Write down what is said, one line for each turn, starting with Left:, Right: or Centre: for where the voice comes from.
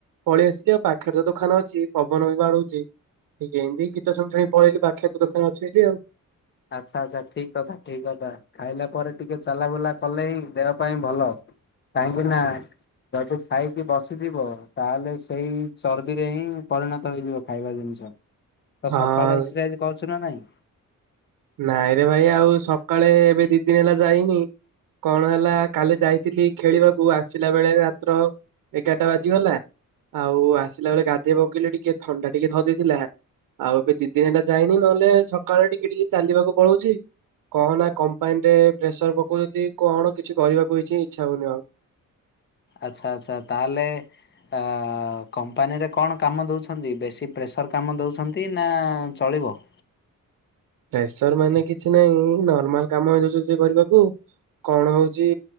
Right: ପଳେଇ ଆସିଲି ଆଉ ପାଖରେ ରେ ଦୋକାନ ଅଛି ପବନ ବି ବାଡୁଛି। ଏଇ କେମତି ଗୀତ ଶୁଣି ଶୁଣି ପଳେଇଲି ପାଖରେ ତ ଦୋକାନ ଅଛି ଏଇଠି ଆଉ।
Left: ଆଛା! ଆଛା! ଠିକ କଥା, ଠିକ କଥା, ଖାଇଲା ପରେ ଟିକେ ଚଲା ବୁଲା କଲେ ହିଁ ଦେହ ପାଇଁ ଭଲ କାହିଁକି ନା ଯଦି ଖାଇକି ବସିଯିବ, ତାହେଲେ ସେଇ ଚର୍ବିରେ ହିଁ ପରିଣତ ହେଇଯିବ ଖାଇବା ଜିନଷ। ତ
Right: ହଁ
Left: ସକାଳେ ଏକ୍ସରସାଇଜ କରୁଛୁ ନା ନାହିଁ
Right: ନାଇଁରେ ଭାଇ ଆଉ ସକାଳେ ଏବେ ଦି ଦିନ ହେଲା ଯାଇନି କଣ ହେଲା କାଲି ଯାଇଥିଲି ଖେଳିବାକୁ ଆସିଲାବେଳେ ରାତ୍ର ଏଗାରଟା ବାଜିଗଲା। ଆଉ ଆସିଲା ବେଳେ ଗାଧେଇ ପକେଇଲି ଟିକେ ଥଣ୍ଡା ଟିକେ ଧରି ଦେଇଥିଲା ଆଉ ଏବେ ଦି ଦିନ ହେଲା ଯାଇନି ନହେଲେ ସକାଳ ଟିକେ ଟିକେ ଚାଲିବାକୁ ପଳଉଛି। କହନା କମ୍ପାନୀରେ ପ୍ରେସର ପକଉଛନ୍ତି କଣ କିଛି କରିବାକୁ କିଛି ଇଛା ହଉନି ଆଉ। <inaudible>
Left: ଆଛା ଆଛା ତାହଲେ ଆ କମ୍ପାନୀରେ କଣ କାମ ଦଉଛନ୍ତି ବେଶୀ ପ୍ରେସ ସର କାମ ଦଉଛନ୍ତି ନା ଚଳିବ?
Right: ପ୍ରେସର ମାନେ କିଛି ନାହିଁ ନର୍ମାଲ କାମ ଦଉଛନ୍ତି କରିବାକୁ। କଣ ହଉଛି